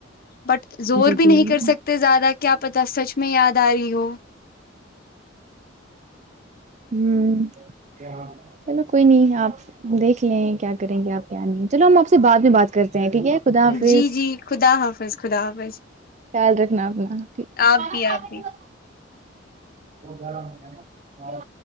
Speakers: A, on the left; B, on the right.
A: بٹ زور
B: جی
A: بھی
B: جی
A: نہیں
B: ہوں
A: کر سکتے زیادہ کیا پتا سچ میں یاد آ رہی ہو
B: ہ چلو کوئی نہیں آپ دیکھ لیں کیا کریں گے آپ کیا نہیں چلو ہم آپ سے بعد میں بات کرتے ہیں ٹھیک ہے خدا حافظ
A: جی جی خدا حافظ خدا حافظ
B: خیال رکھنا اپنا ٹھیک ہے
A: آپ بھی آپ بھی
B: وہ گہلہ ہو ہے نا